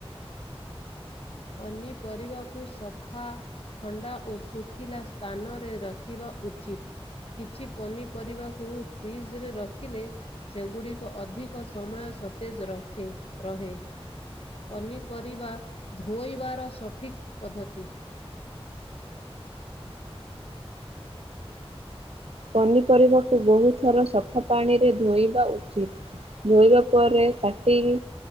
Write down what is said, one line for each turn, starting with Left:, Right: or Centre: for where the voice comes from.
Left: ପନିପରିବାକୁ ସଫା। ଥଣ୍ଡା ଓ ଶୁଖିଲା ସ୍ଥାନରେ ରଖିବା ଉଚିତ୍। କିଛି ପନିପରିବାକୁ ଫ୍ରିଜ ରେ ରଖିଲେ ସେଗୁଡିକ ଅଧିକ ସମୟ। ସତେଜ ରଖେ ରହେ ପନିପରିବା। ଧୋଇବାର ସଠିକ୍ ପଦ୍ଧତି।
Right: ପନିପରିବାକୁ ବହୁ ଥର ସଫା ପାଣିରେ ଧୋଇବା ଉଚିତ। ଧୋଇବା ପରେ କାଟି କି।